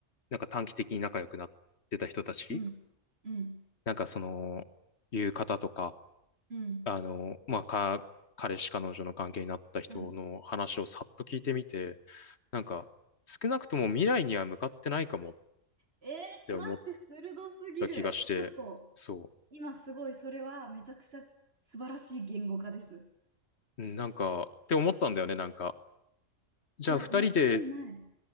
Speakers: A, on the left; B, on the right.
A: なんか短期的に仲良くなってた人たち、
B: うん。うん。
A: なんかその、いう方とか、
B: うん。
A: あの、まあ、か、彼氏彼女の関係になった人の話をさっと聞いてみて、
B: はい。
A: なんか、少なくとも未来には向かってないかもっ
B: えー、
A: て思っ
B: 待って、鋭すぎる。
A: た気がして、
B: ちょっと、
A: そ
B: 今すごい、それはめちゃくちゃ素晴らしい言語化です。
A: う、うんなんか、って思ったんだよね、なんか。じゃあ、
B: いや、
A: 二人で、
B: 間違いない。